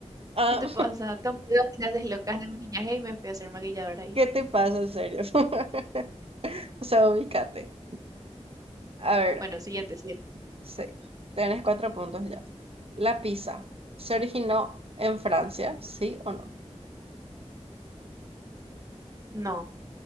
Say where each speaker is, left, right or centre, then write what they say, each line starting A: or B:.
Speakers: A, on the right; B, on the right.
A: Ah,
B: ¿Qué te pasa? Tomé dos clases locas de maquillaje y me fui a hacer maquilladora
A: <laughs>
B: ahí.
A: ¿qué te pasa, en serio? <laughs> O sea, ubícate. A ver,
B: Bueno, siguiente, siguiente.
A: sí, tenés cuatro puntos ya. La pizza, ¿se originó en Francia? ¿Sí o no?
B: No.